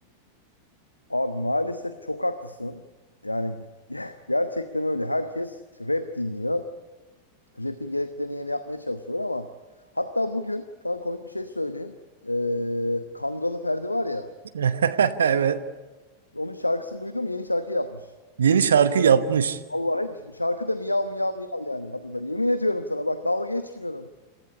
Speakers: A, on the left; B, on the right.
A: Abi maalesef çok haklısın. Yani <laughs> gerçekten öyle. Herkes işte rap dinliyor. Rap'in gereklerini yerine yapmaya çalışıyorlar ama hatta bugün sana komik bir şey söyleyeyim. Ee, Kandıralı Ferdi var ya.
B: <laughs> Evet.
A: Onun şarkısını duydum yeni şarkı yapmış.
B: Yeni şarkı yapmış.
A: Vallahi şarkı da miyav miyav miyav yani adı da. Yemin ediyorum sana bak dalga geçmiyorum.